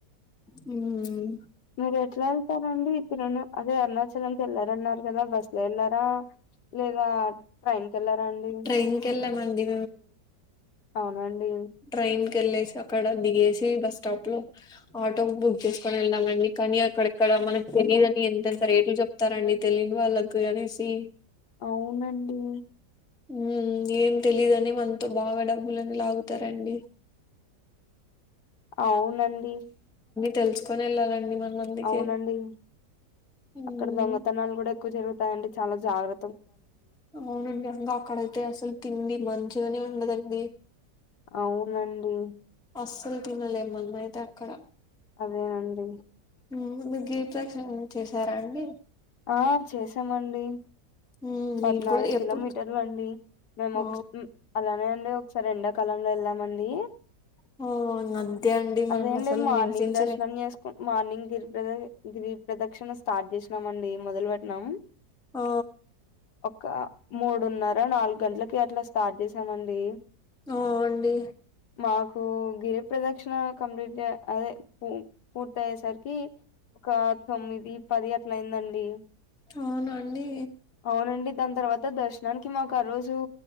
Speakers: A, in the centre; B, on the left.
A: హ్మ్
B: మరి ఎట్లా ఎళ్తారండి ఇప్పుడు అదే అరుణాచలంకి ఎళ్లారన్నారు కదా బస్లో ఎళ్లారా లేదా టైన్కెళ్ళారా అండి.
A: ట్రైన్‌కెళ్ళామండి
B: అవునండి.
A: ట్రైకెళ్ళేసి అక్కడ దిగేసి బస్ స్టాప్లో ఆటో బుక్ చేస్కొని ఎళ్ళమండి. కనీ అక్కడెక్కడ మనక్ తెలీదని ఎంతంత రేట్లు చెప్తరండి తెలీన్ వాళ్ళకు అనేసి
B: అవునండి.
A: మ్ ఏం తెలీదని మన్తో బాగా డబ్బులని లాగుతరండి.
B: అవునండి.
A: తెల్సుకొన్ ఎళ్ళాలండి మనం అందుకే
B: అవునండి.
A: ఉమ్,
B: అక్కడ దొంగతనాలు గుడా ఎక్కువ జరుగుతాయండి చాలా జాగ్ర
A: అవునండి. ఇంకా అక్కడైతే అసల్ తిండి మంచిగనే ఉండదండి.
B: అవునండి.
A: అస్సల్ తినలేం మనమైతే అక్కడ
B: అదేనండి
A: మీరు గిరిప్రదక్షణ చేశారా అండి
B: ఆ చేసామండి
A: ఉమ్,
B: పద్నాలుగు
A: నేను కూడా
B: కిలోమీటర్లండి
A: ఎప్పుడు
B: మేం
A: ఆ
B: ఒక అలానే అండి ఒక్సార్ ఎండాకాలంలో ఎళ్ళామండీ
A: ఆ అంతే అండి
B: అదే
A: మనం
B: అండి
A: అసలు
B: మార్నింగ్
A: నివసించలేము
B: దర్శనం చేస్కున్ మార్నింగ్ గిరిప్రద గిరి ప్రదక్షణ స్టార్ట్ చేసినమండి మొదల్ పెట్టినం
A: ఓ
B: ఒక మూడున్నర నాలుగు గంటలకి అట్ల స్టార్ట్ చేసినామండి
A: ఆ అండి
B: మా ఓ గిరి ప్రదక్షిణ కంప్లీట్ అదే పూర్తి అయ్యేసరికి ఒక తొమ్మిది పది అట్ల అయిందండి
A: అవునండి
B: అవునండి దాని తర్వాత దర్శనానికి మాకు ఆ రోజు